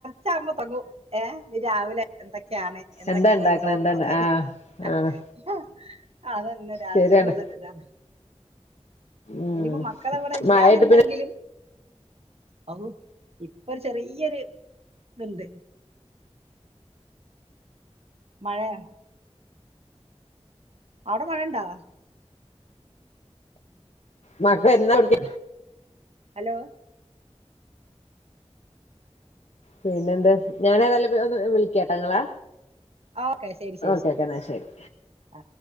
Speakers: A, on the right (about 60°); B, on the left (about 75°).
A: ചാമ്പ പങ്ങു ഏ നീ രാവിലെ എന്തൊക്കെയാണ് എന്തൊക്കെ
B: എന്താ ഉണ്ടാക്കണെ
A: പണി നോക്കണംുള്ളത്
B: എന്താ ആഹ്
A: ആഹ
B: ആഹ്
A: ആ അതന്നെ രാവിലെ
B: ശരിയാണ്
A: തന്നെ ഉള്ളത് ഇതാണ്
B: ഉം
A: ഇനിയിപ്പോ മക്കള എവിടെ ഇല്ലാന്നുണ്ടെങ്കിലും
B: മഴായിട്ട് പിന്നെ
A: അ ഇപ്പൊ ചെറിയൊരു ഇതുണ്ട് മഴയാ അവിടെ മഴണ്ടാ
B: മക്ക എന്താടിക്ക
A: ഹലോ.
B: പിന്നെ എന്ത് ഞാൻ ഏതായാലും ഓ വിളിക്കാട്ടോ നിങ്ങളേ.
A: ഓക്കെ ശരി ശരി
B: ഓക്കെ ഓക്കെ എന്നാ ശരി.
A: ആ